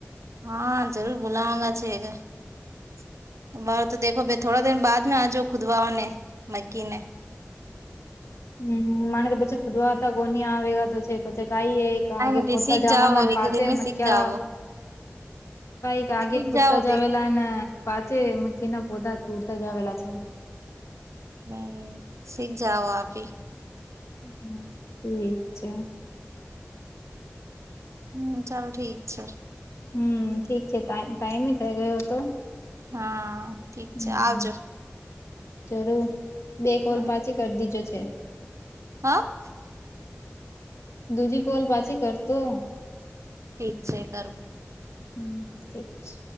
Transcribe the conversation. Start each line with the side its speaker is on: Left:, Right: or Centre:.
Right: હા જરૂર બોલાવાગા છે કેર તો દેખો ભ થોડા. દ બાદ મે આજો ખુદવાઓને મકી ને.
Left: હમ માને તો પછી ખુદવા હતા કોની આવે તો છે પછી કઈ. આગે
Right: નથી
Left: પોતા
Right: શીખ
Left: જવાગા
Right: જાઓ એક
Left: પાછ
Right: દો દિન મે શીખ
Left: ક્યા
Right: જાઓ
Left: કઈક આગે
Right: શીખ
Left: ખુદતા
Right: જાઓ
Left: જાવેલા
Right: દી
Left: અને. પાચે મકીના પોધા તૂરતા જ આવેલા છે.
Right: હમ શી જાઓ આપી.
Left: હમ્મ ઠીક છે.
Right: હમ્મ ચાલો ઠીક છે.
Left: હમ્મ ઠીક છે ટાઈમ ટાઈમે થઈ ગયો હતો.
Right: હા ઠીક
Left: હમ્મ
Right: છે આવજો
Left: જરૂર બે કોલ
Right: હ
Left: પાછી કરી દીજો છે.
Right: હા.
Left: દુજી કોલ પાછી કરતો.
Right: ઠીક છે કરું.
Left: હમ્મ ઠીક છે.